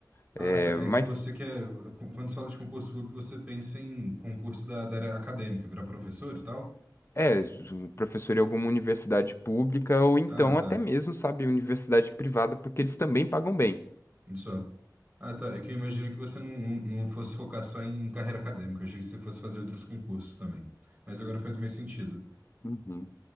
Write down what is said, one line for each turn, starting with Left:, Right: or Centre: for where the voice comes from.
Left: É,
Right: Ah, tá.
Left: mas.
Right: É que você quer. qu- Quando você fala de concurso público, você pensa em concurso da, da área acadêmica, virar professor e tal?
Left: É, ju- professor em alguma universidade pública ou então
Right: Ah, tá.
Left: até mesmo, sabe, universidade privada, porque eles também pagam bem.
Right: Só. Ah, tá. É que eu imaginei que você não, não não fosse focar só em carreira acadêmica. Eu achei que você fosse fazer outros concursos também. Mas agora faz mais sentido.
Left: Uhum.